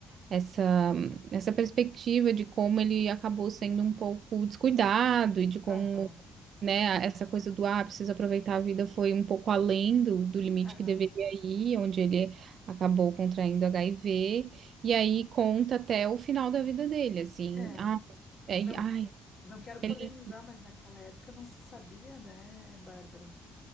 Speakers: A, on the right (about 60°); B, on the left (about 55°).
A: essa, essa perspectiva de como ele acabou sendo um pouco descuidado e de como
B: aham,
A: né? Essa coisa do ah, precisa aproveitar a vida foi um pouco além do, do limite
B: aham,
A: que deveria ir, onde ele acabou contraindo HIV, e aí conta até o final da vida dele, assim,
B: é.
A: ah, é,
B: Não,
A: ai,
B: que- não quero
A: ele...
B: polemizar, mas naquela época não se sabia, né, Bárbara?